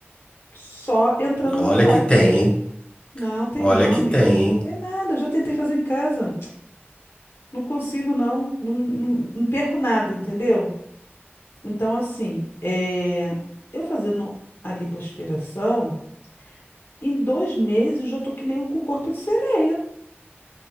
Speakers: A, on the left (about 65°); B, on the left (about 25°).
A: Só entrando na
B: olha
A: faca.
B: que tem, hein?
A: Não, tem
B: Olha
A: não,
B: que
A: amiga.
B: tem, hein?
A: Tem nada, eu já tentei fazer em casa. Não consigo, não. Não, não- não perco nada, entendeu? Então, assim, é, eu fazendo a lipoaspiração, em dois meses eu já tô que nem um com corpo de sereia,